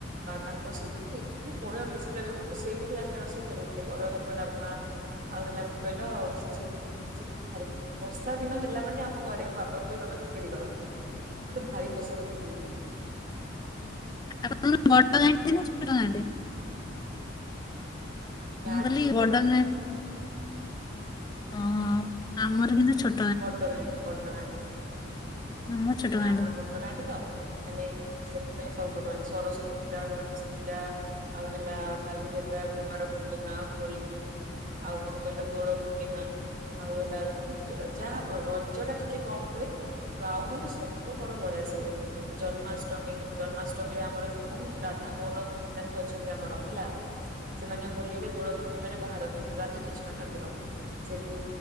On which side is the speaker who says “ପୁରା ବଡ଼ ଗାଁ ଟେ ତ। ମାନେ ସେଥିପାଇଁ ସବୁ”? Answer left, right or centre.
Right